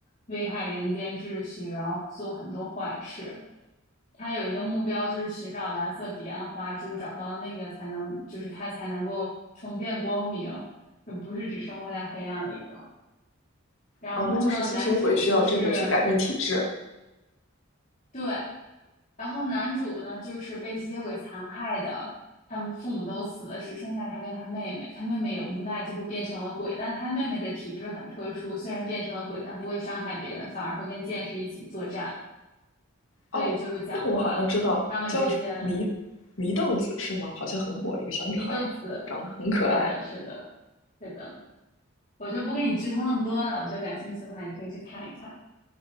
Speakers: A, on the left; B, on the left.
A: 危害人间秩序，然后做很多坏事。他有一个目标，就是寻找蓝色彼岸花，只有找到那个才能，就是他才能够重见光明，就不是只生活在黑暗里了。然后呢，
B: 哦，那就是吸血鬼需要这个去改变体质。
A: 男主就是对，然后男主呢就是被吸血鬼残害的，他们父母都死了，只剩下他跟他妹妹，他妹妹也无奈最后变成了鬼，但他妹妹的体质很特殊，虽然变成了鬼，但不会伤害别人，反而会跟剑士一起作战，所以就讲了。
B: 哦，那个我好像知道，
A: 他们之间
B: 叫什迷祢豆子是吗？好像很火，一个小女孩儿，
A: 祢豆子，
B: 长得很可爱。
A: 是的，是的，是的，我就不给你剧透那么多了。我觉得感兴趣的话，你可以去看一看。